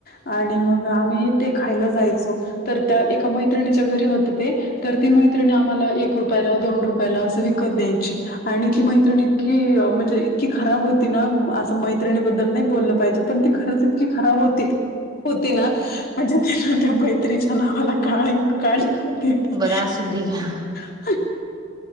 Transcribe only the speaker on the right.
बरं असू दे घ्या.